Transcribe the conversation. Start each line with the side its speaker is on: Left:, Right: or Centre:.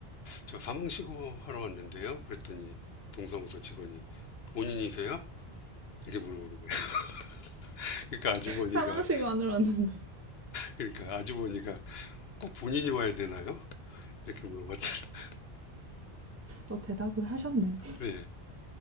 Left: 저 사망 신고 하러 왔는데요. 그랬더니 동사무소 직원이 본인이세요? 이렇게 물어보는 거예요. <laughs> 그러니까 아주머니가
Right: 사망시가 안 올랐는데.
Left: 그러니까 아주머니가 꼭 본인이 와야 되나요? 이렇게 물어봤더니 <laughs>
Right: 어, 대답을 하셨네.
Left: 네.